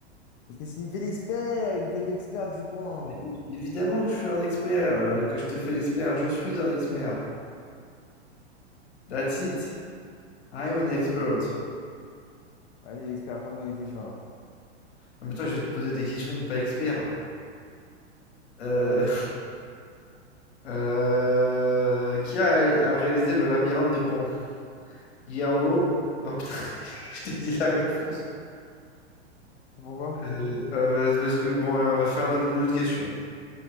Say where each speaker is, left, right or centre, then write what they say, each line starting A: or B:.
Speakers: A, on the left (about 40°); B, on the left (about 70°).
A: Mais Qu'est-ce qu'il me fait l'expert? Il me fait l'expert du coin.
B: Mais é- évidemment que je suis un expert, euh, que je te fais expert, je suis un expert. That's it. I'm an expert.
A: Vas-y, l'expert, pose-moi des questions alors.
B: Ah, mais toi, je vais te poser des questions de pas expert. Euh, Euh, qui a, a réalisé le labyrinthe de Pan? Guillermo. Oh putain, <laughs> je t'ai dit la réponse.
A: Pourquoi?
B: Euh, ah bah, c'est parce que bon, alors, on va se faire un autre- une autre question.